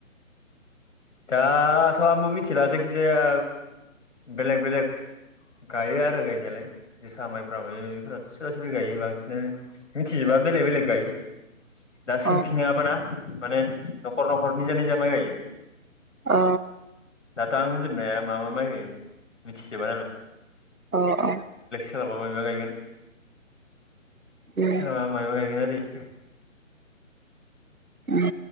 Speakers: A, on the left; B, on the right.
A: दा थ' आंबो मिथिला जायखिजाया बेलेग बेलेग गायो आरो गायनायालाय जोसा माइब्रा माय बेफोराथ' सोरबा सोरबि गायो बांसिनानो मिथिजोब बा बेलेग बेलग गायो दा सोंथिङा
B: अ
A: बोनो माने न'खर न'खर निजा निजा माइ गायो
B: अ
A: दाथ' आं होजोबनो हाया मा मा माय गायो मिथिजोबा नालाय
B: अ अ
A: सोलाबा मायबा गायगोन
B: उम
A: सोलाबा मायबा गायगोन आरो <inaudible>
B: उम